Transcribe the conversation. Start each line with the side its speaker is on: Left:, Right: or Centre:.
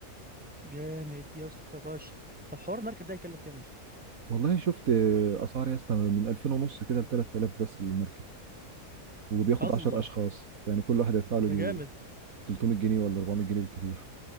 Centre: جامد يا اسطى فشخ طب حوار المركب ده يكلف كام يا اسطى
Right: والله شفت آه، اسعار يا اسطى من 2000 ونص كده ل 3000 بس المركب وبياخد
Centre: الله
Right: 10 اشخاص فيعني كل واحد هيدفع له
Centre: ده
Right: جي-
Centre: جامد
Right: 300 جنيه ولا 400 جنيه بالكتير